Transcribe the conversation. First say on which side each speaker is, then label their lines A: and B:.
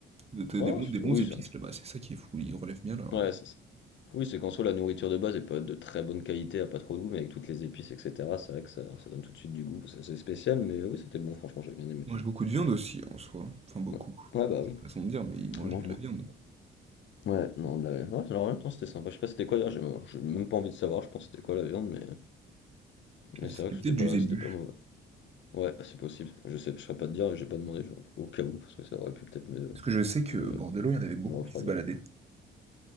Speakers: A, on the right; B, on the left.
A: Vous êtes, heu,
B: ouais,
A: des bons
B: ouais, c'était-
A: des bons
B: oui,
A: épices
B: c'est
A: là-bas, c'est ça qui est fou, ils relèvent bien leur,
B: ouais, c'est ça. Oui, c'est qu'en soi, la nourriture de base est pas de très bonne qualité, a pas trop de goût, mais avec toutes les épices, etc., c'est vrai que ça, ça donne tout de suite du goût. C'est assez spécial, mais oui, c'était bon, franchement, j'ai bien aimé.
A: ils mangent beaucoup de viande aussi en soi, enfin beaucoup,
B: Ouais, Ouais, bah oui,
A: façon de dire, mais ils mangent
B: on mange
A: de
B: beaucoup.
A: la viande.
B: Ouais, non, de la... ouais, alors en même temps c'était sympa. Je sais pas c'était quoi d'ailleurs, j'ai j'ai même pas envie de savoir, je pense c'était quoi la viande, mais, mais c'est
A: C'était
B: vrai que
A: peut-être
B: c'était pas,
A: du zébu,
B: c'était pas mauvais. Ouais, c'est possible. Je sais, je saurais pas te dire, j'ai pas demandé je- au cas où, parce que ça aurait pu peut-être me...
A: parce que je sais qu'au
B: me...
A: bord de l'eau, il y en avait beaucoup
B: me refroidir.
A: qui se baladaient.